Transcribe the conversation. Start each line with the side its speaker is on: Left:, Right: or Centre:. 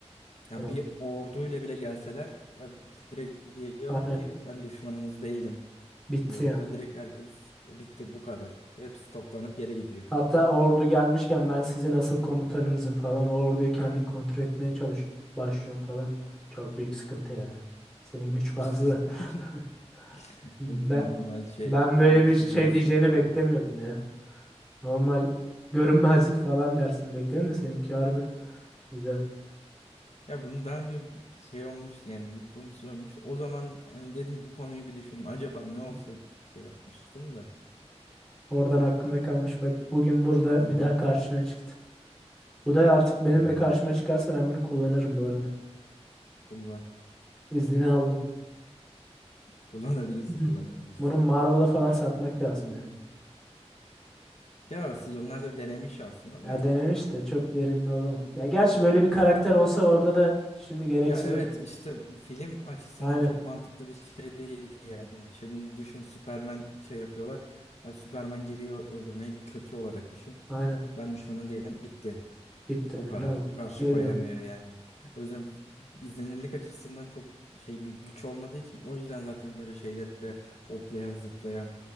Left: Ya
Centre: Ya,
Left: bir orduyla bile gelseler ben direkt diyorum
Centre: aynen.
Left: ki ben düşmanınız değilim
Centre: Bitti
Left: diyorum
Centre: yani.
Left: ve direkt herkes bitti bu kadar. Hepsi toplanıp geri gidiyor.
Centre: Hatta ordu gelmişken ben sizin asıl komutanınızım falan. O orduyu kendin kontrol etmeye çalış başlıyorum falan. Çok büyük sıkıntı ya. Senin güç
Left: <laughs>
Centre: fazla. <laughs> Ben
Left: Evet, normal şey
Centre: Ben böyle
Left: işte
Centre: bir şey
Left: biraz
Centre: diyeceğini
Left: abi.
Centre: beklemiyordum ya. Normal görünmezlik falan dersin bekledim de seninki harbi güzel.
Left: Ya bunu daha önce şey olmuştu yani bir konusu olmuştu. O zaman yani dedim bu konuyu bir düşündüm. Acaba ne
Centre: Hı.
Left: olsa şey yapmıştım da.
Centre: Oradan aklımda kalmış bak bugün burada
Left: Hı hı,
Centre: bir daha karşına çıktı. Bu da artık benimle
Left: öyle.
Centre: karşıma çıkarsa ben bunu kullanırım bu arada.
Left: Kullan.
Centre: İznini aldım.
Left: Kullanabilirsin
Centre: Hı.
Left: kullanabilirsin.
Centre: Bunu Marvel'a falan satmak lazım ya.
Left: Ya aslında onlar da denemiş aslında
Centre: Ya
Left: da.
Centre: denemiş de çok verimli olamam. Ya gerçi böyle bir karakter olsa orada da şimdi gereksiz
Left: Ya evet
Centre: olur.
Left: işte bir film açısından
Centre: Aynen.
Left: çok mantıklı bir şey değil yani. Şimdi düşün Superman şey yapıyorlar. Ay Superman geliyor öldürmeyi bir kötü olarak düşün.
Centre: Aynen.
Left: Ben düşmanın değilim bitti.
Centre: Bitti. Ya
Left: Bu kadar.
Centre: ne oldu?
Left: Karşı
Centre: Geri
Left: koyamıyor
Centre: dön.
Left: yani. O yüzden izlenirlik açısından çok şey bir güç olmadığı için o yüzden zaten böyle şeylere hoplayan, zıplayan,